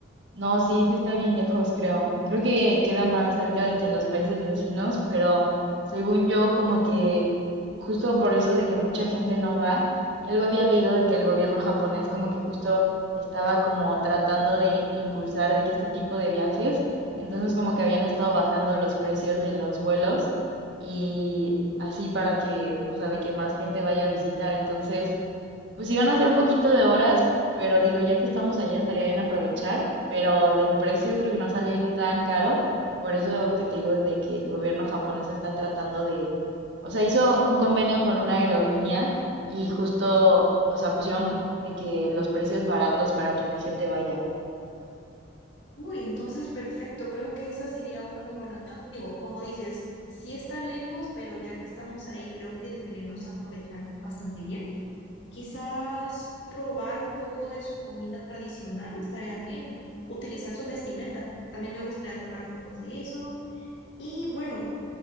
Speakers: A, on the right; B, on the left.
A: No, sí, sí está bien lejos, creo. Creo que queda más cerca de que los países vecinos, pero según yo, como que justo por eso de que mucha gente no va, y algo había leído de que el gobierno japonés como que justo estaba como tratando de impulsar de que este tipo de viajes, entonces como que habían estado bajando los precios de los vuelos y así para que, o sea, de que más gente vaya a visitar. Entonces, pues iban a ser un poquito de horas, pero digo, ya que estamos allá estaría bien aprovechar, pero del precio creo que no sale tan caro, por eso que te digo de que el gobierno japonés está tratando de, o sea, hizo un convenio con una aerolínea y justo, o sea, pusieron de que los precios baratos para que la gente vaya.
B: Uy, entonces perfecto, creo que esa sería una muy buena opción. Digo, como dices, sí está lejos, pero ya que estamos ahí, creo que deberíamos aprovechar bastante bien. Quizás probar un poco de su comida tradicional estaría bien y utilizar su vestimenta. También me gustaría tomar fotos de eso. Y bueno,